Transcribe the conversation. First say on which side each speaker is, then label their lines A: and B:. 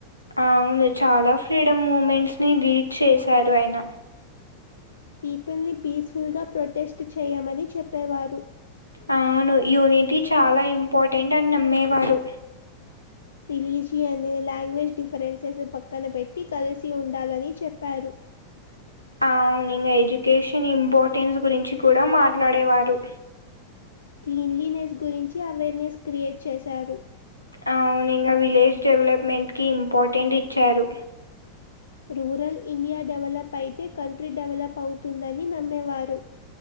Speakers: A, on the left; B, on the left.
A: అవును చాలా ఫ్రీడమ్ మూమెంట్స్ ని లీడ్ చేశారు ఆయన
B: పీపుల్ ని పీస్ఫుల్ గా ప్రొటెస్ట్ చేయమని చెప్పేవారు.
A: అవును యూనిటీ చాలా ఇంపార్టెంట్ అని నమ్మేవారు.
B: రిలీజియన్, లాంగ్వేజ్ డిఫరెన్సెస్ పక్కన పెట్టి కలిసి ఉండాలని చెప్పారు.
A: అవును ఇంకా ఎడ్యుకేషన్ ఇంపార్టెన్స్ గురించి కూడా మాట్లాడేవారు.
B: క్లీన్లీనెస్ గురించి అవేర్నెస్ క్రియేట్ చేశారు
A: అవును ఇంకా విలేజ్ డెవలప్మెంట్కి ఇంపార్టెంట్ ఇచ్చారు
B: రూరల్ ఇండియా డెవలప్ అయితే కంట్రీ డెవలప్ అవుతుందని నమ్మేవారు